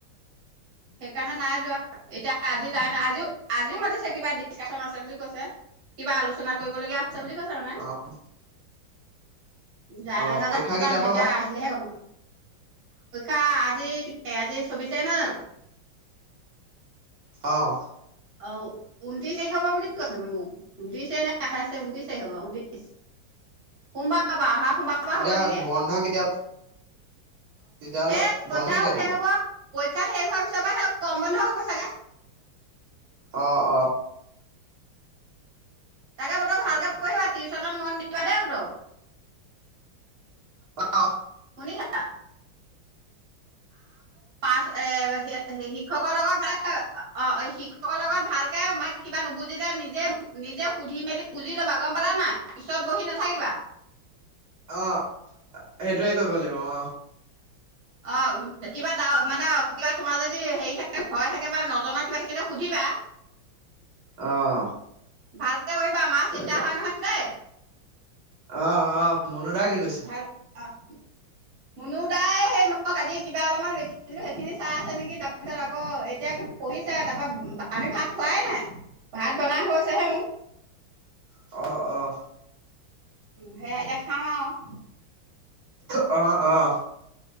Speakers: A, on the right; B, on the right.
A: সেইকাৰণে নাই যোৱা এতিয়া। আজি যাই নাই, আজিও আজিও মাতিছে কিবা ডিচকাচন আছে বুলি কৈছে কিবা আলোচনা কৰিবলগীয়া আছে বুলি কৈছে মানে
B: <inaudible>
A: যায়
B: অ
A: নে নাযায়
B: পৰীক্ষা
A: নাজানো
B: কেতিয়াৰ পৰা
A: এতিয়া
B: বা
A: আহিলেহে গ'ম, পৰীক্ষা আজি আজি চৌবিছ তাৰিখ নহয় জানো।
B: অ'।
A: অ ঊনত্ৰিশ তাৰিখ পৰা বুলি কৈছে মোক ঊনত্ৰিচ নে আঠাইচে ঊনত্ৰিচ তাৰিখ পৰা ঊনত্ৰিচ। সোমবাৰ পৰা অহা সোমবাৰ পৰা
B: তেতিয়া
A: হ'ব নেকি।
B: বন্ধ কেতিয়া তেতিয়াহলে
A: সেই পৰীক্ষাও
B: বন্ধ কেতিয়া
A: শেষ
B: দিব।
A: হব পৰীক্ষা শেষ হোৱাৰ পিছৰ পৰা সিহঁতৰ গৰ'ম বন্ধ হ'ব চাগে।
B: অ অ
A: তাকে বতৌ
B: তাকে
A: ভালকে পঢ়িবা টিউচনত ম'ন দিবা দেই বতৌ।
B: অ অ
A: শুনিছা <unintelligible> শিক্ষকৰ লগত অ', শিক্ষকৰ লগত ভালকে কিবা নুবুজিলে নিজে নিজে সুধি মেলি বুজি লবা গ'ম পালা নাই, পিছত বহি নাথাকিবা।
B: অ', সেইটোৱে কৰিব লাগিব অ'।
A: অ', কিবা ডাউট মানে কিবা তোমাৰ যদি হেৰি থাকে ভয় থাকে নজনা কিবা থাকিলে সুধিবা।
B: অ'।
A: ভালকে পঢ়িবা মা
B: তাকে
A: চিন্তা চিন্তা হয় নহয় দে।
B: অ', অ', মুনুদায়ে কি কৈছে?
A: ভাল অ', মুনুদায়ে সেই মোক আজি কিবা অলপমান লিখ সেইখিনি চাই আছে নেকি তাৰপিছত আকৌ এতিয়া কি পঢ়িছে তাৰপা আমি ভাত খোৱায় নাই। ভাত বনাই থৈছেহে ও।
B: অ', অ'।
A: সেয়া এতিয়া খাওঁ আৰু।
B: অ', অ'।